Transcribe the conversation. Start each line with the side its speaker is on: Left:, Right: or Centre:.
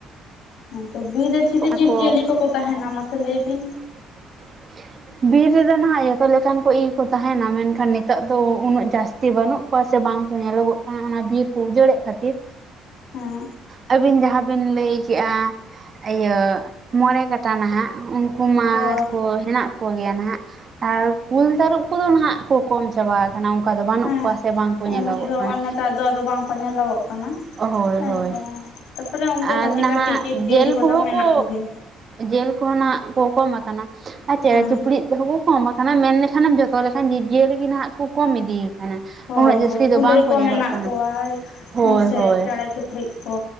Left: ᱚ ᱛᱚ ᱵᱤᱨ ᱨᱮ ᱪᱟᱹᱞᱤ
Right: ᱚᱱᱟ
Left: ᱡᱤᱵᱽᱡᱤᱭᱟᱹᱞᱤ
Right: ᱠᱚ
Left: ᱠᱚᱠᱚ ᱛᱟᱦᱮᱱᱟ ᱢᱟᱥᱮ ᱞᱟᱹᱭ ᱵᱤᱱ?
Right: <inaudible> ᱵᱤᱨ ᱨᱮᱫᱚ ᱱᱟᱦᱟᱸᱜ ᱡᱚᱛᱚ ᱞᱮᱠᱟᱱ ᱠᱚ ᱤᱭᱟᱹᱠᱚ ᱛᱟᱦᱮᱱᱟ ᱢᱮᱱᱠᱷᱟᱱ ᱱᱤᱛᱚᱜ ᱫᱚ ᱩᱱᱟᱹᱜ ᱡᱟᱹᱥ ᱛᱤ ᱵᱟᱹᱱᱩᱜ ᱠᱚᱣᱟ ᱥᱮ ᱵᱟᱝ ᱠᱚ ᱧᱮᱞᱚᱜᱚᱜ ᱠᱟᱱᱟ ᱚᱱᱟ ᱵᱤᱨ ᱠᱚ ᱩᱡᱟᱹᱲᱮᱫ ᱠᱷᱟᱹᱛᱤᱨ᱾
Left: ᱦᱮᱸ
Right: ᱟᱹᱵᱤᱱ ᱡᱟᱦᱟᱸ ᱵᱤᱱ ᱞᱟᱹᱭ ᱠᱮᱫᱮᱜᱼᱟ, ᱤᱭᱟᱹ ᱢᱚᱬᱮ ᱠᱟᱴᱟ ᱱᱟᱦᱟᱸᱜ ᱩᱱᱠᱩ ᱢᱟᱠᱚ
Left: ᱦᱳᱭ
Right: ᱦᱮᱱᱟᱜ ᱠᱚ ᱜᱮᱭᱟ ᱱᱟᱦᱟᱸᱜ ᱟᱨ ᱠᱩᱞ ᱛᱟᱹᱨᱩᱵ ᱠᱚᱫᱚ ᱱᱟᱦᱟᱸᱜ ᱠᱚ ᱠᱚᱢ ᱪᱟᱵᱟ ᱠᱟᱱᱟ ᱚᱱᱠᱟ ᱫᱚ ᱵᱟᱹᱱᱩᱜ
Left: ᱦᱮᱸ
Right: ᱠᱚᱣᱟ ᱥᱮ ᱵᱟᱝ ᱠᱚ ᱧᱮᱞᱚᱜᱚᱜ
Left: ᱩᱱᱟᱹᱜ ᱫᱚ
Right: ᱠᱟᱱᱟ᱾
Left: ᱱᱮᱛᱟᱨ ᱫᱚ ᱟᱫᱚ ᱵᱟᱝᱠᱚ ᱧᱮᱞᱚᱜᱚᱜ ᱠᱟᱱᱟ
Right: ᱦᱳᱭ
Left: ᱦᱮᱸᱥᱮ
Right: ᱦᱳᱭ
Left: ᱛᱟᱯᱚᱨᱮ ᱩᱱᱠᱩ
Right: ᱟᱨ
Left: ᱠᱟᱹᱴᱤᱡ
Right: ᱱᱟᱦᱟᱸᱜ
Left: ᱠᱟᱹᱴᱤᱡ ᱡᱤᱵᱽ ᱡᱤᱭᱟᱹᱞᱤ
Right: ᱡᱮᱞ
Left: ᱠᱚᱫᱚ
Right: ᱠᱚ ᱩᱱᱠᱩ <unintelligible> ᱦᱚᱸ
Left: ᱢᱮᱱᱟᱜ
Right: ᱠᱚ
Left: ᱠᱚᱜᱮᱭᱟ
Right: ᱡᱮᱞ ᱠᱷᱚᱱᱟᱜ ᱠᱚ ᱠᱚᱢ ᱟᱠᱟᱱᱟ ᱟᱨ ᱪᱮᱬᱮ
Left: ᱦᱮᱸ
Right: ᱪᱤᱯᱲᱩᱫ ᱦᱚᱸᱠᱩ ᱠᱚᱢ ᱟᱠᱟᱱᱟ ᱢᱮᱱᱞᱠᱷᱟᱱᱮᱢ ᱡᱚᱛᱚ ᱞᱮᱠᱷᱟᱱ ᱡᱤᱵᱽ-ᱡᱤᱭᱟᱹᱞᱤᱜ ᱜᱮ ᱱᱟᱦᱟᱸᱜ ᱠᱚᱢ ᱤᱫᱤ ᱟᱠᱟᱱᱟ
Left: ᱦᱳᱭ
Right: ᱩᱱᱟᱹᱜ ᱡᱟᱹᱥᱛᱤ
Left: ᱦᱳᱭ
Right: ᱫᱚ
Left: ᱠᱩᱞᱟᱹᱭ
Right: ᱵᱟᱝ
Left: ᱠᱚ
Right: ᱧᱮᱞᱚᱜ
Left: ᱢᱮᱱᱟᱜ
Right: ᱠᱟᱱᱟ
Left: ᱠᱚᱣᱟ
Right: ᱦᱳᱭ
Left: ᱦᱮᱸᱥᱮ
Right: ᱦᱳᱭ
Left: ᱪᱮᱬᱮ ᱪᱩᱯ ᱠᱲᱤᱡ ᱠᱚ